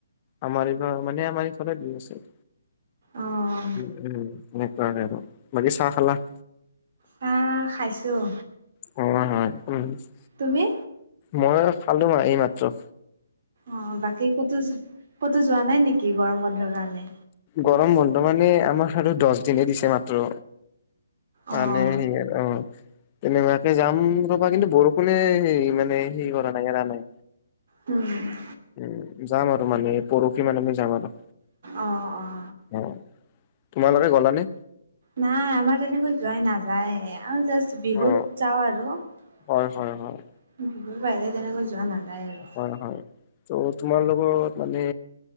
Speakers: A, on the left; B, on the right.
A: আমাৰ এইবাৰ মানে আমাৰ এই ফালে দি আছে।
B: অ',
A: উম, উম', সেনেকুৱাহে আৰু বাকী চাহ খালা?
B: চাহ খাইছোঁ।
A: হয়', হয়', <unintelligible>
B: তুমি?
A: মইয়ো খালো এইমাত্ৰ।
B: অ', বাকী ক'তো যো ক'তো যোৱা নাই নেকি গৰম বন্ধৰ কাৰণে?
A: গৰম বন্ধ মানে আমাৰ হাতত দছ দিনহে দিছে মাত্ৰ। মানে
B: অ',
A: সেইয়া অ', তেনেকুৱাকে যাম ৰবা কিন্তু বৰষুণে হেই মানে সেই কৰা নাই এৰা নাই।
B: উম'।
A: উম', যাম আৰু মানে এই পৰহি মানে মই যাম আৰু।
B: অ অ।
A: অ, তোমালোকে গ'লানে?
B: নাই আমাৰ তেনেকৈ যোৱাই নাযায় আৰু জাষ্ট বিহুত
A: অ
B: যাওঁ আৰু বিহুৰ
A: হয় হয় হয়
B: বাহিৰে তেনেকৈ যোৱা নাযায় আৰু।
A: হয় হয়, ত' তোমাৰ লগত মানে